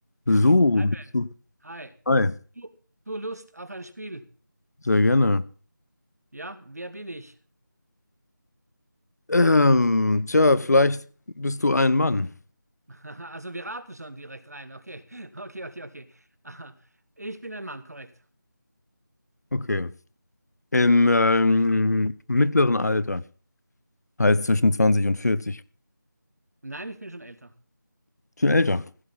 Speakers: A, on the left; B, on the right.
A: So,
B: Hi,
A: bist
B: Ben.
A: du
B: Hi.
A: frei.
B: Du, du Lust auf ein Spiel?
A: Sehr gerne.
B: Ja, wer bin ich?
A: Ähm, tja, vielleicht bist du ein Mann.
B: <laughs> Also wir raten schon direkt rein. Okay, <laughs> okay, okay, okay. Aha. Ich bin ein Mann, korrekt.
A: Okay. Im ähm, mittleren Alter. Heißt zwischen 20 und 40.
B: Nein, ich bin schon älter.
A: Schon älter.